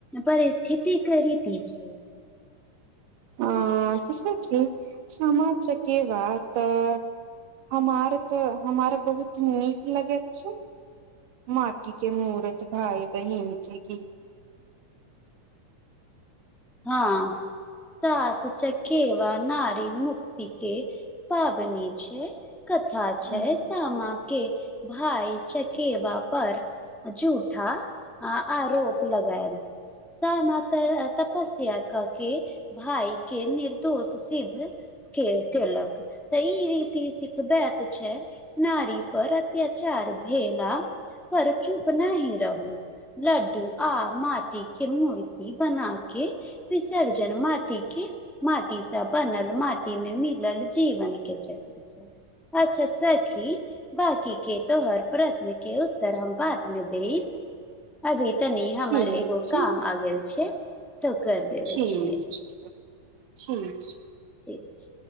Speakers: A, in the centre; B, on the right.
A: परिस्थिति कै रीति छै
B: आ त सखी सामा चकेवा तऽ हमार तऽ हमार बहुत नीक लगैत छै माटी के मूरत भाय बहिन के गीत
A: हँ सास चकेवा नरी मुक्ति के पाबनी छै कथा छै
B: हूँ
A: सामा के भाय चकेवा पर झूठा आरोप लगायल सामा त पस्या कऽ के भाय के निर्दोष सिद्ध के केलक त ई रीति सिखबेत छै नारी पर अत्याचार भेला पर चुप नाही रहू लड्डू आ माटी के मूर्ति बना के विसर्जन माटी के माटीसँ बनल माटी मे मिलल जीवन के चक्र छै अच्छा सखी बाकी के तोहर प्रश्न के उत्तर हम बात मे देब अभी तनी हमर
B: ठीक
A: एगो
B: छै
A: काम आ गेल छै तऽ कर देबे
B: ठीक
A: छियै
B: छै सखी ठीक छै
A: ठीक छै